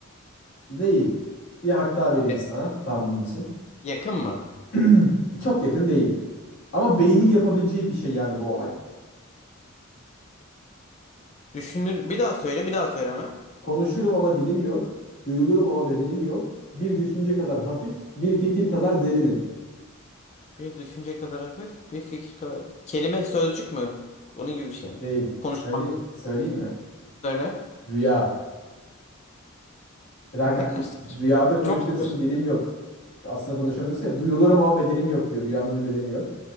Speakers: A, on the left (about 55°); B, on the left (about 30°).
A: Değil. Bir hak daha vereyim
B: E,
A: sana tahmin için.
B: Yakın mı?
A: <clears throat> Çok yakın değil. Ama beynin yapabileceği bir şey yani bu olay.
B: Düşünür. Bir daha söyle, bir daha söyle hemen.
A: Konuşurum ama dilim yok. Duyulurum ama bedenim yok. Bir düşünce kadar hafif, bir fikir kadar derinim.
B: Bir düşünce kadar hafif, bir fikir kadar. Kelime, sözcük mü? Onun gibi bir şey mi?
A: Değil.
B: Konuşmak.
A: Söyleyeyim. Söyleyeyim mi?
B: Söyle.
A: Rüya. Frank
B: Ya ne
A: hangi
B: kadar saçma.
A: rüyada konuşuyorsun,
B: Çok saçma.
A: dilim yok. Aslında konuşamıyorsun ya. Duyulurum ama bedenim yok diyor. Rüyanın bir bedeni yok.